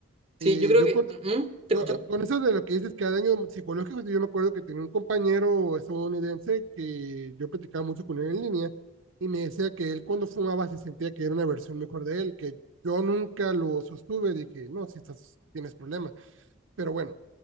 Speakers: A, on the right (about 30°); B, on the right (about 70°).
A: Sí,
B: eh,
A: yo creo
B: yo
A: que.
B: con- eh,
A: ¿Mm? Te
B: eh,
A: escucho.
B: Con eso de lo que dices que hay daños psicológicos, yo me acuerdo que tenía un compañero estadounidense que yo platicaba mucho con él en línea y me decía que él cuando fumaba se sentía que era una versión mejor de él, que yo nunca lo sostuve, dije, no, si estás, tienes problema. Pero bueno,